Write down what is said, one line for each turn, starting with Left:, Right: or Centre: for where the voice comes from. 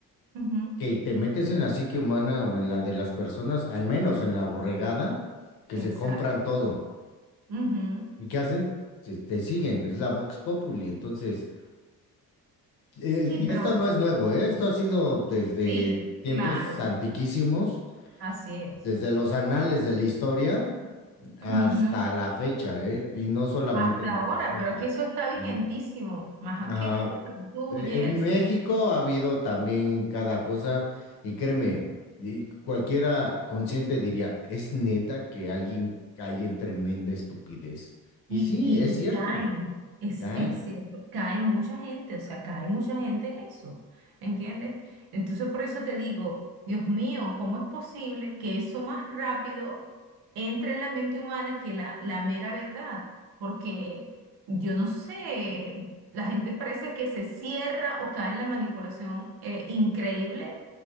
Right: ujú,
Left: que te metes en la psique humana o en la de las personas, al menos en la borregada, que
Right: Exacto.
Left: se compran todo.
Right: ujú.
Left: ¿Y qué hacen? Se- te siguen, es la Vox Populi. Entonces, eh,
Right: Sí,
Left: y
Right: pero
Left: esto no
Right: eh,
Left: es nuevo, ¿eh? Esto ha sido desde
Right: sí,
Left: tiempos
Right: claro,
Left: antiquísimos
Right: así es.
Left: desde los anales de la historia hasta
Right: Ujú,
Left: la fecha, ¿eh? Y no solamente
Right: Hasta
Left: en Venezuela.
Right: ahora, pero es que eso está vigentísimo,
Left: Am-
Right: más
Left: ajá.
Right: que nunca. Tú,
Left: E,
Right: Jersey.
Left: En México ha habido también cada cosa, y créeme, y cualquiera consciente diría, ¿es neta que alguien cae en tremenda estupidez? Y
Right: Y,
Left: sí,
Right: y,
Left: es
Right: y
Left: cierto,
Right: caen, es,
Left: caen.
Right: es cierto, cae mucha gente, o sea, cae mucha gente en eso, ¿entiendes? Entonces por eso te digo, Dios mío, ¿cómo es posible que eso más rápido entre en la mente humana que la, la mera verdad? Porque yo no sé, la gente parece que se cierra o cae en la manipulación eh, increíble.